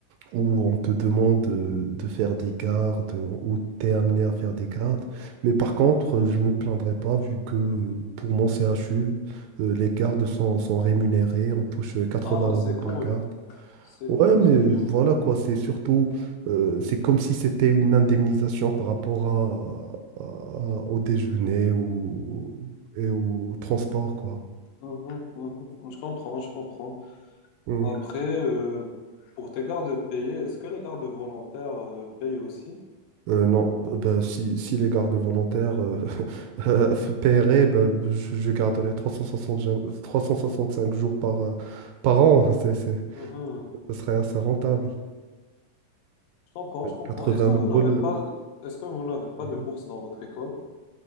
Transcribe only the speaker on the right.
où on te demande euh, de faire des gardes, euh, où tu es amené à faire des gardes. Mais par contre, euh, je ne me plaindrai pas vu que euh, pour mon CHU, euh, les gardes sont, sont rémunérés, on touche euh, 80
euros
par
garde.
Ouais,
mais
voilà quoi, c'est surtout, euh, c'est comme si c'était une indemnisation par rapport à, à- au déjeuner ou, et au transport, quoi.
Mm.
Euh, non, Euh, bah, si, si les gardes volontaires euh, <laughs> euh, paieraient, bah, je, je garderais 360 jo- cinq jours par, euh, par an. <laughs> C'est, c'est-
ce serait assez rentable.
80
euros.
le-
Mhm.